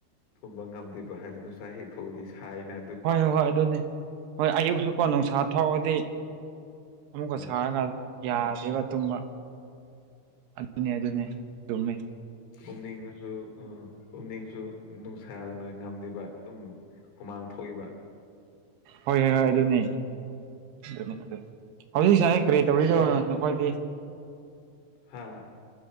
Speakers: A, on the left; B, on the right.
A: ꯍꯨꯝꯕ ꯉꯝꯗꯦꯕ ꯍꯥꯏꯗꯤ ꯅꯨꯡꯁꯥ ꯍꯦꯛ ꯊꯣꯛꯎꯗꯤ ꯁꯥꯏꯑꯦꯅꯦ
B: ꯍꯣꯏ ꯍꯣꯏ ꯑꯗꯨꯅꯤ ꯍꯣꯏ ꯑꯌꯨꯛꯁꯨ ꯀꯣ ꯅꯨꯡꯁꯥ ꯊꯣꯛꯑꯣꯗꯤ ꯑꯃꯨꯛꯀ
A: ꯑꯥ
B: ꯁꯥꯔꯒ ꯌꯥꯗꯦꯕ ꯇꯨꯝꯕ ꯑꯗꯨꯅꯦ ꯑꯗꯨꯅꯦ ꯇꯨꯃꯦ
A: ꯎꯝꯅꯤꯡꯉꯁꯨ ꯎ ꯎꯝꯅꯤꯡꯁꯨ ꯅꯨꯡꯁꯥꯅ ꯉꯝꯗꯤꯕ ꯗꯨꯝ ꯍꯨꯃꯥꯡ ꯊꯣꯛꯏꯕ
B: ꯍꯣꯏ ꯍꯣꯏ ꯍꯣꯏ ꯑꯗꯨꯅꯤ ꯑꯗꯨ <unintelligible> ꯍꯧꯖꯤꯛ ꯁꯥꯅ ꯀꯔꯤ ꯇꯧꯔꯤꯅꯣ
A: ꯀꯅꯥ
B: ꯑꯈꯣꯏꯗꯤ
A: ꯍꯥꯥ